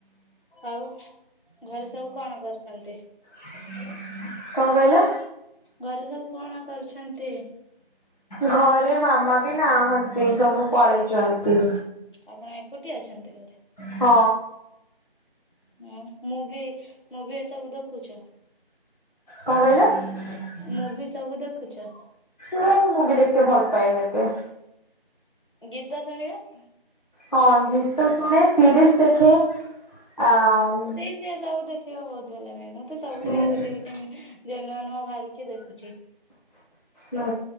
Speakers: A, on the left (about 60°); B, on the left (about 45°).
A: ଆଉ ଘରେ ସବୁ କଣ କରୁଛନ୍ତି?
B: ହୁଁ ହୁଁ। କଣ କହିଲ?
A: ଘରେ ସବୁ କଣ କରୁଛନ୍ତି?
B: ଘରେ ମାମା ବି ନାହାନ୍ତି ସବୁ ପଳେଇଛନ୍ତି।
A: ଅପା ଏକୁଟିଆ ଅଛନ୍ତି।
B: ହଁ।
A: ହଁ ମୁଁ ବି, ମୁଁ ବି ଏସବୁ ଦେଖୁଛ।
B: କଣ କହିଲ।
A: ମୁଭି ସବୁ ଦେଖୁଛ।
B: ମୁଁ, ମୁଭି ଦେଖତେ ଭଲ ପାଏନି ଏତେ।
A: ଗୀତ ଶୁଣିବା।
B: ହଁ ଗୀତ ଶୁଣେ ସିରିସ ଦେଖେ, ଆଉ।
A: ସେ ସବୁ ଦେଖିବା ବହୁତ ଭଲ ପାଏ। ମୁଁ ତ ସବୁବେଳେ
B: ହୁଁ
A: ଗୋଟେ ଗୋଟେ ନୂଆ ନୂଆ ବାହାରୁଛି ଦେଖୁଛି।
B: ହୁଁ,